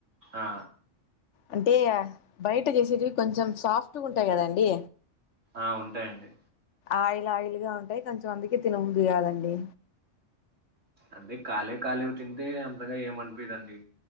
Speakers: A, on the right (about 75°); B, on the left (about 70°).
A: ఆ
B: అంటే బయట చేసేటివి కొంచెం సాఫ్టుగుంటాయి కదండి
A: ఆ ఉంటాయండి
B: ఆయిల్ ఆయిల్ గా ఉంటాయి కొంచెంమందికి తినబుద్ది కాదండి
A: అంటే కాలే కాలేవి తింటే అంతగా ఏం అన్పియ్యదండి